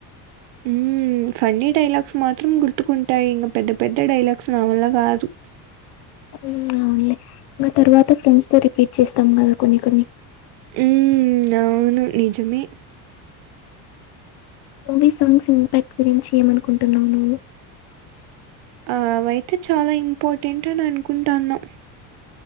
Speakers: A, on the right (about 70°); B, on the left (about 55°).
A: మ్మ్ ఫన్నీ డైలాగ్స్ మాత్రం గుర్తుకుంటాయి ఇంక పెద్ద పెద్ద డైలాగ్స్ నా వల్ల కాదు
B: అవును అవునులే ఇంకా తర్వాత ఫ్రెండ్స్ తో రిపీట్ చేస్తాం కదా కొన్ని కొన్ని
A: మ్మ్ అవును నిజమే
B: మూవీ సాంగ్స్ ఇంపాక్ట్ గురించి ఏమనుకుంటున్నావు నువ్వు
A: ఆ అవైతే చాలా ఇంపార్టెంట్ అని అనుకుంటాన్నా